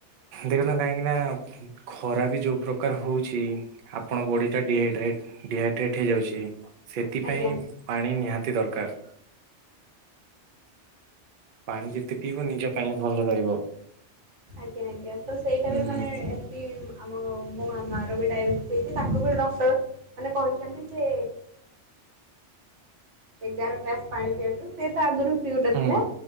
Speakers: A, on the right; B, on the right.
A: ଦେଖନ୍ତୁ କାହିଁକି ନା ଖରା ବି ଯୋଉ ପ୍ରକାର ହଉଛି। ଆପଣ ବଡି ଟା ଡିଇଡ୍ରେଟ ଡିହାଇଡ୍ରେଟ ହେଇଯାଉଛି ସେଥିପାଇଁ
B: ଆଜ୍ଞା
A: ପାଣି ନିହାତି ଦରକାର ପାଣି ଯେତେ ପିଇବ ନିଜ ପାଇଁ ଭଲ ରହିବ।
B: ଆଜ୍ଞା ଆଜ୍ଞା ତ ସେଇଟା
A: ହୁଁ
B: ବି ମାନେ
A: ହୁଁ
B: ଏମତି ଆମ ମୋ ମା ର ବି ଡାଇବେଟିସ୍ ହେଇଛି ତାକୁ ବି ଡକ୍ଟର ମାନେ କହିଛନ୍ତି ଯେ ଏଗାର ଗ୍ଲାସ ପାଣି ପିଇବାକୁ ସେ ତ ଆଗରୁ ପିଉନଥିଲା
A: ହୁଁ